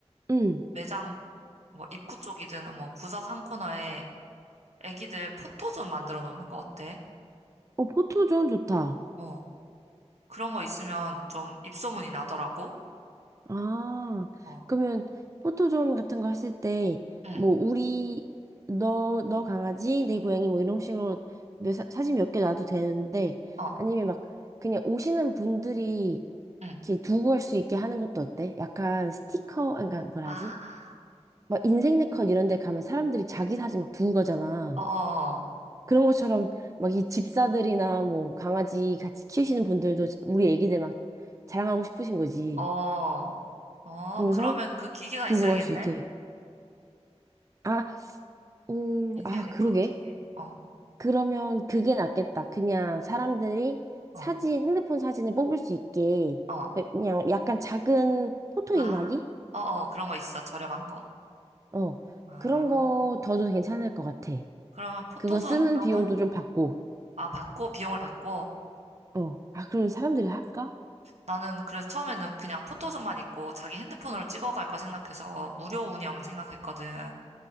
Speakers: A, on the right; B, on the right.
A: 음,
B: 매장 뭐 입구 쪽이든 뭐 구석 한 코너에 애기들 포토존 만들어 놓는 거 어때?
A: 어, 포토존 좋다.
B: 어, 그런 거 있으면 좀 입소문이 나더라고.
A: 아,
B: 어,
A: 그러면 포토존 같은 거 했을 때,
B: 응,
A: 뭐, 우리, 너, 너 강아지, 내 고양이, 뭐, 이런 식으로 몇, 사- 사진 몇 개 놔도 되는데,
B: 어,
A: 아니면 막, 그냥 오시는 분들이
B: 응.
A: 이렇게 두고 갈 수 있게 하는 것도 어때? 약간 스티커, 그러니까 뭐라
B: 아,
A: 하지? 막 인생네컷 이런 데 가면 사람들이 자기 사진 막 두고 가잖아.
B: 어, 어, 어,
A: 그런 것처럼 막 이 집사들이나 뭐 강아지 같이 키우시는 분들도 우리 애기들 막 자랑하고 싶으신 거지.
B: 어, 어, 어,
A: 그러면서
B: 그러면 그 기계가
A: 두고
B: 있어야겠네?
A: 갈 수 있게. 아, 음,
B: 인생
A: 아,
B: 네컷
A: 그러게.
B: 기계. 어,
A: 그러면 그게 낫겠다. 그냥 사람들이
B: 어,
A: 사진, 핸드폰 사진을 뽑을 수 있게
B: 어.
A: 그 그냥 약간 작은 포토
B: 아,
A: 인화기?
B: 어, 어, 그런 거 있어. 저렴한 거.
A: 어,
B: 아,
A: 그런 거 더도 괜찮을 것 같아.
B: 그러면 포토존
A: 그거 쓰는
B: 비용은?
A: 비용도 좀 받고.
B: 아, 받고, 비용을 받고.
A: 어, 아, 그러면 사람들이 할까?
B: 나는 그래서 처음에는 그냥 포토존만 있고 자기 핸드폰으로 찍어갈 거 생각해서 무료 운영 생각했거든.